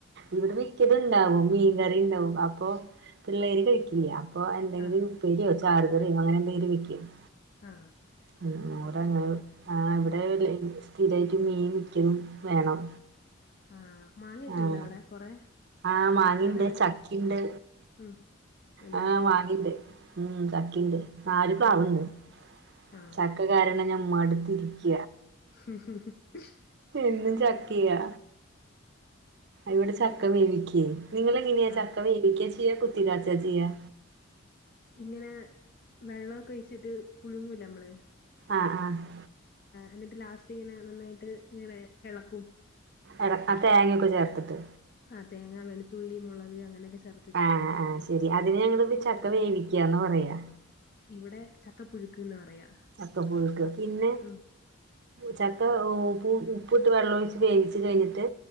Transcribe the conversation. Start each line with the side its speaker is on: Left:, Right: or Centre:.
Right: ഇവടെ മിക്കതുണ്ടാവും മീൻകറി ഉണ്ടാവും അപ്പൊ പിള്ളേര് കഴിക്കില്ല അപ്പോൾ എന്തെങ്കിലും
Left: ആഹ്
Right: ഉപ്പേരിയോ ചാറ്കറിയോ അങ്ങനെ എന്തെങ്കിലും വക്കും
Left: ആഹ്
Right: <unintelligible>
Left: അങ്ങനെ
Right: ആഹ് ഇവിടെ
Left: ഉം
Right: സ്ഥീരായിട്ടും മീൻ മിക്കതും വേണം
Left: ആഹ് മാങ്ങൊക്കെ
Right: ആഹ്
Left: ഉണ്ടോ അവിടെ കൊറെ
Right: ആഹ് മാങ്ങിണ്ട്
Left: അച്ചാറിടാൻ
Right: ചക്കിണ്ട്
Left: ഉം എല്ലാം
Right: ആഹ്
Left: ഇണ്ട്
Right: മാങ്ങിണ്ട് ഉം ചക്കിണ്ട് നാല് പ്ലാവ്
Left: ഉം
Right: ണ്ട്
Left: ആണോ
Right: ചക്ക കാരണം ഞാൻ മടുത്തിരിക്ക
Left: ഉം ഉം ഉം
Right: എന്നും ചാക്കയാ ഇവിടെ ചക്ക വേവിക്ക നിങ്ങള് എങ്ങനെയാ
Left: ആഹ്
Right: ചക്ക വേവിക്ക ചെയ്യ കുത്തിക്കാച്ച ചെയ്യ
Left: ഇങ്ങനെ വെള്ളെക്കെഴിച്ചിട്ട് പുഴുങ്ങൂലെ മ്മള്.
Right: ആഹ് ആഹ്.
Left: എന്നിട്ട് ലാസ്റ്റ്ങ്ങനെ നന്നായിട്ട് ങ്ങനെ എളക്കും.
Right: എട ആ തേങ്ങയൊക്കെ ചേർത്തിട്ട്.
Left: ആഹ് തേങ്ങാ വെളുത്തുള്ളി മൊളക് അങ്ങനെയൊക്കെ ചേർ
Right: ആഹ് ആഹ് ശെരി അതിന്ഞങ്ങളിത് ചക്ക വേവിക്യന്ന പറയാ.
Left: ഇവിടെ ചക്കപ്പുഴുക്ക് ന്ന് പറയാ.
Right: ചക്ക പുഴുക്ക് പിന്നെ.
Left: ഉം
Right: ചക്ക ഉപ്പു ഉപ്പുട്ട് വെള്ളെഴിച്ച് വേവിച്ച് കഴിഞ്ഞിട്ട്.